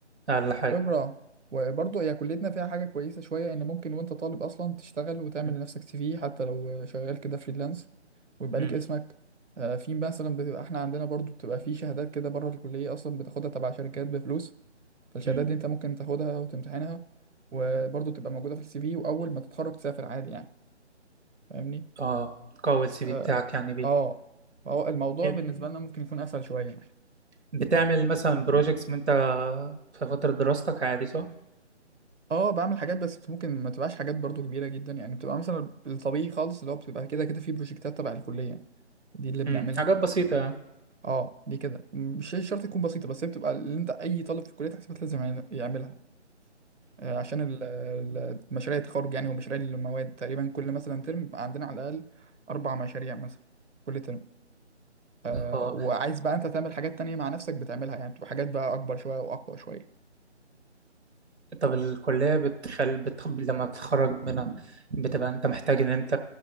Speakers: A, on the right; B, on the right.
A: اقل حاجة
B: خبرة وبرضه هي كليتنا فيها حاجة كويسة شوية إن ممكن وأنت طالب أصلا تشتغل وتعمل
A: مم.
B: لنفسك سي في حتى لو شغال كده فريلانس ويبقى
A: مم.
B: ليك اسمك آه، في مثلا بتبقى إحنا عندنا برضه بتبقى في شهادات كده بره الكلية أصلا بتاخدها تبع شركات بفلوس فالشهادات
A: مم.
B: دي أنت ممكن تاخدها وتمتحنها وبرضه تبقى موجودة في السي في وأول ما تتخرج تسافر عادي يعني فاهمني؟
A: اه قوي السي في
B: آه
A: بتاعك يعني بيه
B: آه، فهو الموضوع
A: يب-
B: بالنسبة لنا ممكن يكون أسهل شوية يعني.
A: بتعمل مثلا بروجيكتس من انت في فترة دراستك عادي صح؟
B: اه بعمل حاجات بس ممكن ما تبقاش حاجات برضو كبيرة جدا يعني بتبقى مثلا الطبيعي خالص اللي هو بتبقى كده كده في بروجكتات تبع الكلية دي اللي بنعملها
A: مم. حاجات بسيطة يعني.
B: اه دي كده مش شرط تكون بسيطة بس هي بتبقى اللي انت اي طالب في كلية حسابات لازم يعمل- يعملها آه، عشان ال- ال- مشاريع التخرج يعني ومشاريع المواد تقريبا كل مثلا ترم بيبقى عندنا على الأقل أربع مشاريع مثلا كل ترم آه
A: امم
B: وعايز بقى انت تعمل حاجات تانية مع نفسك بتعملها يعني بتبقى حاجات بقى أكبر شوية وأقوى شوية
A: طب الكلية بتخل... بتخ... لما بتتخرج منها بتبقى انت محتاج ان انت